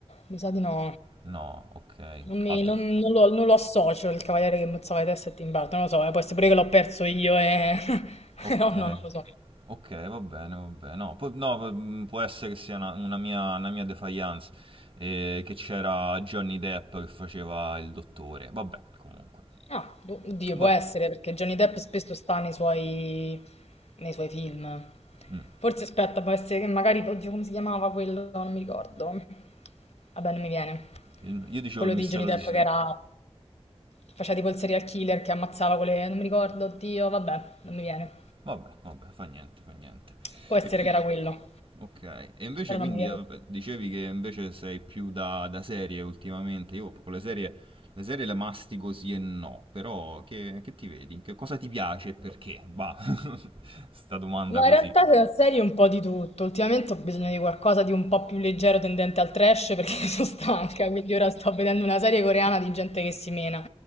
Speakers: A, on the left; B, on the right.
A: mi sa di no.
B: No, ok,
A: Non, mi-
B: altro...
A: non-
B: fi-
A: non lo, non lo associo il cavaliere che mozzava le teste a Tim Burton, non lo so, eh, può essere pure che l'ho perso io e... <laughs>
B: Ok,
A: No, no, non lo so.
B: ok, va bene, va bene. No, poi- no, poi, mm, può essere che sia una, una mia, una mia defiance, eh, che c'era Johnny Depp che faceva il dottore. Vabbè, comunque.
A: Ah, boh, oddio,
B: Vabbè.
A: può essere, perché Johnny Depp spesso sta nei suoi, nei suoi film.
B: mm.
A: Forse, aspetta, può essere che magari... Oddio, come si chiamava quello? Non mi ricordo. Vabbè, non mi viene.
B: Il- io dicevo
A: Quello
B: il mistero
A: di Johnny Depp
B: di... Sl-
A: che era... che faceva tipo il serial killer che ammazzava quelle... Non mi ricordo, oddio, vabbè, non mi viene.
B: Vabbè, vabbè, fa niente, fa niente.
A: Può essere
B: E quindi...
A: che era quello,
B: Ok, e invece
A: però
B: quindi
A: non mi viene.
B: eh, vabbè, dicevi che invece sei più da, da serie ultimamente, io con le serie, le serie le mastico sì e no, però che, che ti vedi? Che cosa ti piace e perché? Bah, <laughs> sta domanda
A: Ma
B: così.
A: in realtà se la serie un po' di tutto. Ultimamente ho bisogno di qualcosa di un po' più leggero tendente al trash perché <laughs> sono stanca, quindi ora sto vedendo una serie coreana di gente che si mena,